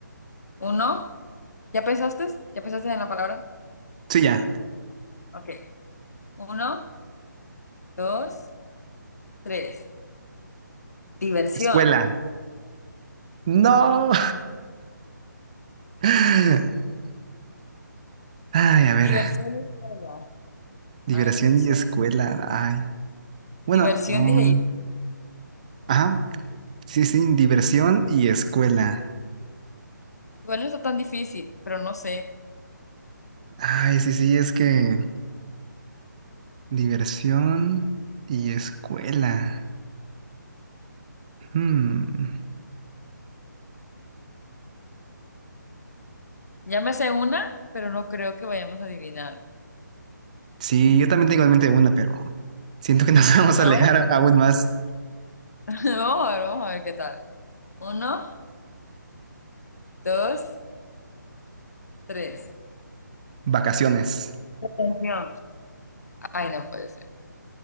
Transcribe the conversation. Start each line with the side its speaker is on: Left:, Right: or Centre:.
Left: Uno, ¿ya pensaste? ¿Ya pensaste en la palabra?
Right: Sí, ya.
Left: Ok. Uno, dos, tres. Diversión.
Right: Escuela. No. <laughs> Ay, a ver.
Left: Diversión es verdad.
Right: Diversión
Left: Ay, no sé.
Right: y escuela. Ay. Bueno,
Left: Diversión,
Right: mm,
Left: dije yo.
Right: ajá. Sí, sí, diversión y escuela.
Left: Igual no está tan difícil, pero no sé.
Right: Ay, sí, sí, es que Diversión y escuela. Hmm.
Left: Ya me sé una, pero no creo que vayamos a adivinar.
Right: Sí, yo también tengo en mente una, pero siento que nos <laughs> vamos
Left: Bueno,
Right: a alejar
Left: vamos a ver.
Right: aún más.
Left: <laughs> Vamos a ver, vamos a ver qué tal. Uno, dos, tres.
Right: Vacaciones.
Left: Detención. Ay, no puede ser.